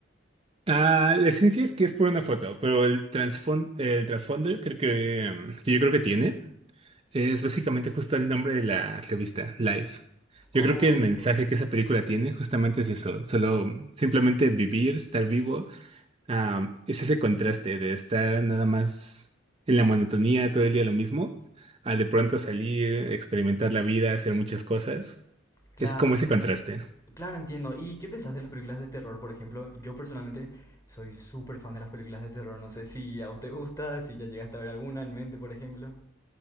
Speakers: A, on the right; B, on the left.
A: Ah, la esencia es que es por una foto, pero el trasfondo, el trasfondo yo creo que, em, que yo creo que tiene es básicamente justo el nombre de la revista, Life.
B: Oh,
A: Yo creo que el mensaje
B: ok,
A: que esa película tiene justamente es eso, solo mm, simplemente vivir, estar vivo, am, es ese contraste de estar nada más en la monotonía todo el día lo mismo, a de pronto salir, experimentar la vida, hacer muchas cosas.
B: claro,
A: Es como ese
B: claro.
A: contraste.
B: Claro, entiendo. ¿Y qué pensás de las películas de terror, por ejemplo? Yo personalmente soy súper fan de las películas de terror. No sé si a vos te gusta, si ya llegaste a ver alguna en mente, por ejemplo.